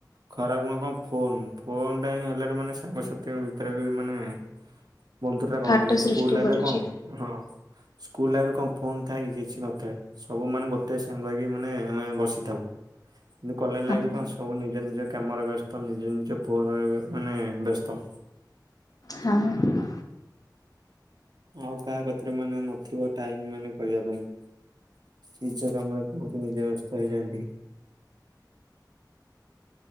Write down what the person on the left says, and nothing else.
ଫାଟ ସୃଷ୍ଟି
କରୁଛି।
ହଁ
ହଁ, ହିଁ, ହିଁ।